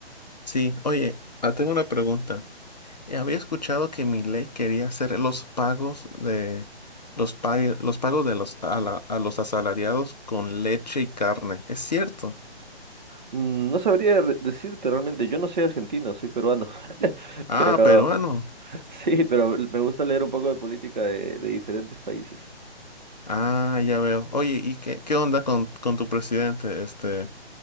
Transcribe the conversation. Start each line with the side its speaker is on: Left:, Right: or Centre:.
Left: Sí, oye, ah, tengo una pregunta. Eh, Había escuchado que ley quería hacer los pagos de los, pa- los pagos de los a, la- a los asalariados con leche y carne. ¿Es cierto?
Right: Mm, No sabría re- decirte realmente, yo no soy argentino, soy peruano, <laughs>
Left: Ah,
Right: pero
Left: peruano.
Right: sí, pero me gusta leer un poco de política de de diferentes países.
Left: Ah, ya veo. Oye, ¿y qué, qué onda con, con tu presidente? Este,